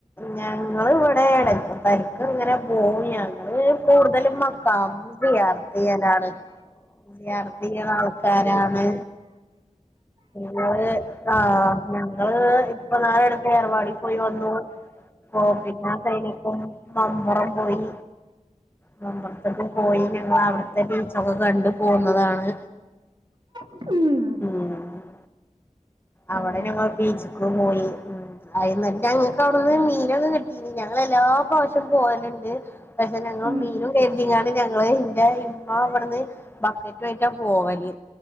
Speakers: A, on the left; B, on the right.
A: ഞങ്ങള് ഇവിടെണ് പര്ക്കങ്ങനെ പോയി ഞങ്ങള് കൂടുതലും മക്കാം സിയാർത്തെയ്യാനാണ് സിയാർ ത്തെയ്യാൻ ആൾക്കാരാണ് <inaudible> ആഹ് ഞങ്ങള് ഇപ്പൊ നാളടുത്ത് ഏർവാടി പോയി വന്നു ഓഹ് പിന്നെ ആ സൈനിക്കും മമ്പുറം പോയി മമ്പൊർത്ക്ക് പോയി ഞങ്ങള് അവിട് ത്തെ ബീച്ചൊക്കെ കണ്ട് പോന്നതാണ്.
B: <inaudible>
A: ഉം അവിടെ
B: അങ്ങനെ
A: ഞങ്ങൾ ബീച്ക് പോയി. ഉം അയ്‌ന്നട്ട് ഞങ്ങക്ക് അവിടുന്ന് മീനൊക്കെ കിട്ടീനി ഞങ്ങള് എല്ലാ പ്രാവശ്യം പോവല്ണ്ട്. <unintelligible> ഞങ്ങളും
B: ഉം,
A: മീനും കര്തിങ്ങാണ്ട് ഞങ്ങള് ന്റെ ഇമ്മ ഇവട്ന്ന് ബക്കറ്റു ആയിട്ടാ പോവല്